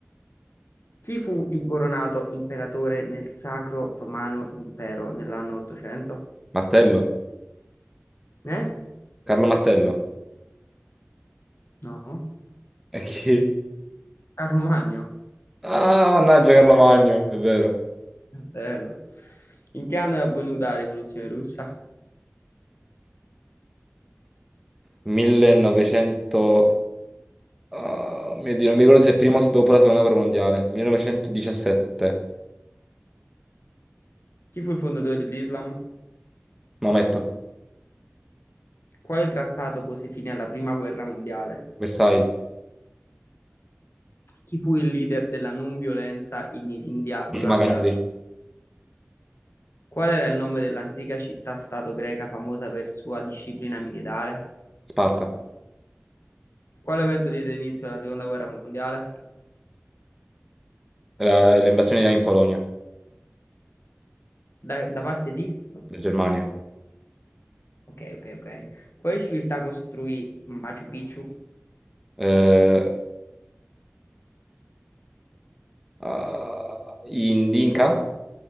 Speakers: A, on the left; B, in the centre.
A: Chi fu incoronato imperatore nel Sacro Romano Impero nell'anno 800?
B: Martello?
A: Eh?
B: Carlo Martello?
A: No?
B: E chi?
A: Carlo Magno.
B: Ah, mannaggia Carlo Magno, è vero.
A: Fratello. In che anno è avvenuta la rivoluzione russa?
B: 1900... ah, mio Dio, non mi ricordo se è prima o dopo la seconda guerra mondiale. 1917.
A: Chi fu il fondatore dell'Islam?
B: Maometto,
A: Quale trattato pose fine alla prima guerra mondiale?
B: Versailles,
A: Chi fu il leader della non violenza in India durante
B: Fatima Gandhi,
A: la... Qual era il nome dell'antica città-stato greca famosa per sua disciplina militare?
B: Sparta.
A: Quale evento diede inizio alla seconda guerra mondiale?
B: Era L'invasione in Polonia,
A: Da, da parte di?
B: in Germania.
A: Ok, ok, ok. Quale civiltà costruì Machu Picchu?
B: Eh, ah, in Inca?